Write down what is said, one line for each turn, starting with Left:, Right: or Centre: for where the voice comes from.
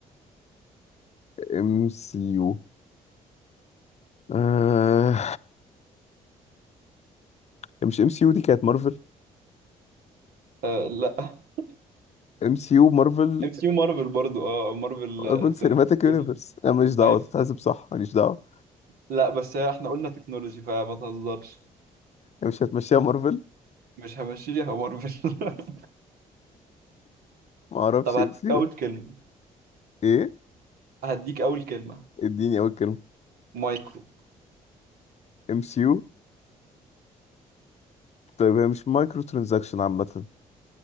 Left: ام سي يو آه... مش ام سي يو دي كانت مارفل
Right: آه لا <laughs>
Left: ام سي يو مارفل
Right: ام سي يو مارفل برضو اه مارفل
Left: مارفل
Right: آه، سينماتيك
Left: سينماتيك يونيفرس
Right: يونيفرس.
Left: انا ماليش دعوه
Right: أيوة.
Left: تتحسب صح ماليش دعوه
Right: لا بس هي احنا قلنا تكنولوجي فما تهزرش
Left: يعني مش هتمشيها مارفل
Right: مش همشيها مارفل <laughs>
Left: ما اعرفش
Right: طب هديك
Left: ام سي
Right: اول
Left: يو
Right: كلمة
Left: ايه
Right: هديك اول كلمة
Left: اديني اول كلمه
Right: مايكرو
Left: ام سي يو طيب هي مش مايكرو ترانزاكشن عامه